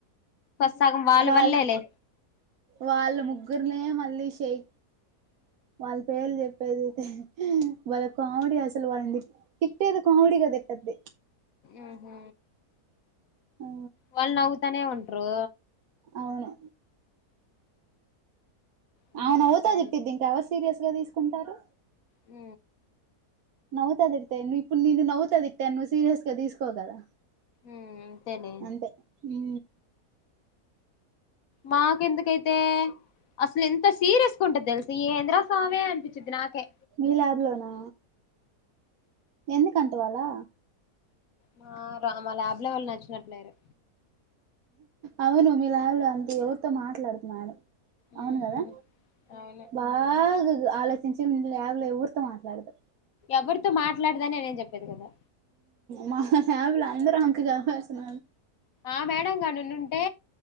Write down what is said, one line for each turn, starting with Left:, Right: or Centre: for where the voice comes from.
Left: సగం వాళ్ళ
Right: వా
Left: వల్లేలే
Right: వాళ్ళ ముగ్గుర్నే మ మళ్ళీ షేక్ వాళ్ళ పేర్లు చెప్పేది ఉకే వాళ్ళ కామెడీ అసలు వాళ్ళని తిట్టేది కామెడీగా తిట్టేది
Left: ఆ హ
Right: ఆ
Left: వాళ్ళు నవ్వుతనే ఉంట్రు
Right: అవును
Left: మ్
Right: అవును
Left: ఇంకేం
Right: ఔతాది ఇట్టదింకా అవ సీరియస్ గా తీసుకుంటారు
Left: ఉ
Right: నౌవుతాదిట్టా ఇప్పుడు నిన్న నౌవుతాదిట్టా అ ను సీరియస్ గా తీసుకోగదా
Left: మ్ అంతేలే
Right: అంతే ఊ
Left: మాకెందుకైతే అసలు ఎంత సీరియస్ తీసుకుంటుది తెలుసా ఎంద్రస్వామి అనిపించిది నాకే
Right: మీ ల్యాబ్ లోనా ఎందుకంట వాలా
Left: మా రా మా ల్యాబ్ లో వాళ్ళు నచ్చినట్లేరు
Right: అవును మీలాబ్లా అంత ఎవరితో మాట్లాడదు మేడం
Left: ఉమ్
Right: అవును కదా
Left: అవును
Right: బాగా ఆలోచించి మీ లాబ్లేవరితో మాట్లాడదు
Left: ఎవరితో మాట్లాడదాని నేను చెప్పేది కదా
Right: మా ఫ్యామిలీలో అందరూ మాకు కావసిన
Left: ఆ మేడం గనుంటే